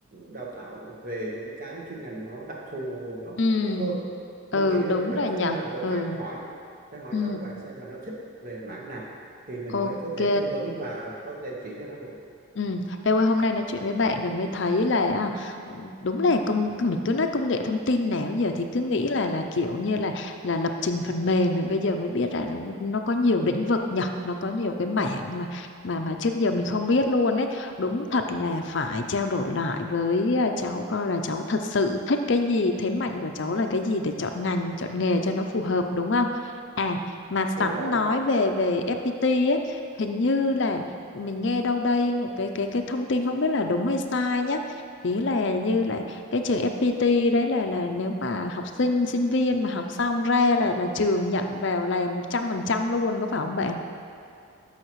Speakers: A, on the right (about 40°); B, on the left (about 55°).
A: đào tạo về những cái chuyên ngành nó đặc thù nó
B: Ừ.
A: tốt hơn
B: Ừ,
A: mình nghĩ
B: đúng
A: là như vậy
B: rồi
A: cho
B: nhỉ.
A: nên là vẫn
B: Ừ.
A: phải hỏi phải hỏi
B: Ừ.
A: cháu của bạn xem là nó thích về mảng nào thì mình
B: Ok.
A: mới có thể tư vấn và có thể chỉ cho nó được
B: Ừ, em ơi hôm nay nói chuyện với bạn rồi mới thấy là à, đúng là công mình cứ nói công nghệ thông tin nào giờ thì cứ nghĩ là là kiểu như là là lập trình phần mềm rồi bây giờ mới biết ra là nó có nhiều lĩnh vực nhở nó có nhiều cái mảng mà mà mà trước giờ mình không biết luôn ấy đúng thật là phải trao đổi lại với à, cháu coi là cháu thật sự thích cái gì thế mạnh của cháu là cái gì để chọn ngành chọn nghề cho nó phù hợp đúng không à mà sẵn
A: đúng rồi
B: nói về về FPT ấy hình như là mình nghe đâu đây một cái cái cái thông tin không biết là đúng hay sai nhé ý là như là cái trường FPT đấy là là nếu mà học sinh sinh viên mà học xong ra là là trường nhận vào là một trăm phần trăm luôn có phải không bạn